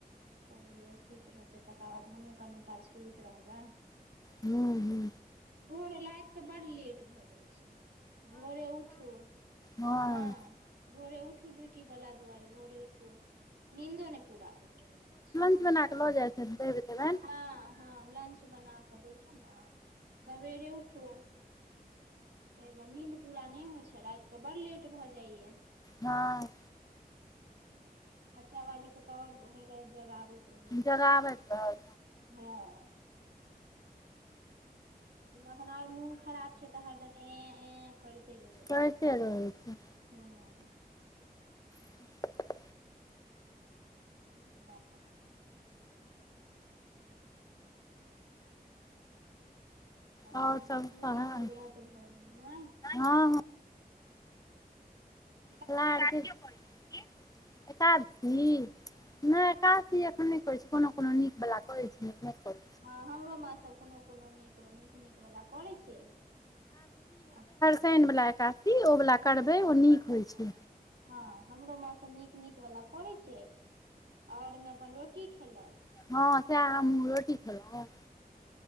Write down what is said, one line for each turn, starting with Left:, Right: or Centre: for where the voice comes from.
Right: कहलियै। रहतै तकर बाद हमहूँ कनि काल सुति रहबै।
Left: हू - हू।
Right: भोरे लाइट केऽ बड लेट भऽ जाइ छै, भोरे उठू।
Left: हॅ, नाभि।
Right: हँ भोरे उठू ड्यूटी वाला दुआरे भोरे उठू, नींन्दो नहि पूरा होइत रहै छै।
Left: नेनना के लअ जाइ छैथि, छोयड़ देबैयन।
Right: ह- हँ, लंच बना कऽ दै छीयैन ना, सवेरे उठू तैय दुआरे नीन्द पूरा नहि होइत छै, रााति कऽ बड लेट भऽ जाइया।
Left: हँ
Right: <inaudible> बच्चा बाली के तऽ आओर भरि राति जगाबैत रहै छै,
Left: जगाबैत रहल
Right: हँ त एखन आर मुन खराब छै तऽ हरदिन ए- ए करते रहै
Left: कैरते रहै छै।
Right: ऊ--ह।
Left: <inaudible>
Right: ठीक ला क हूँ <inaudible> हँ
Left: आओर
Right: तऽ अहाँ
Left: सब
Right: के दू
Left: कह
Right: दिन
Left: हँ
Right: के व्रत भऽ गेल, नहि।
Left: हँ
Right: <inaudible>
Left: दुआदशीयो करै छै की, एकादशी
Right: हूँ
Left: नहि एकाद सी एखन नहि करै छी, कोनो- कोनो निक वाला करे छीयै। नहि करै
Right: हँ हमरो माँ सब कोनो- कोनो नीक- नीक वला करै छै। आ
Left: शिन वाला एकादी ओ वाला करबैय,
Right: हँ
Left: ओ नीक
Right: हँ
Left: होय
Right: हँ
Left: छै।
Right: हँ हमरो माँ सब नीक- नीक वाला करै छै। आओर मे अप्पन रोटी खेलक।
Left: हँ सेए हम रोटी खेलैउ।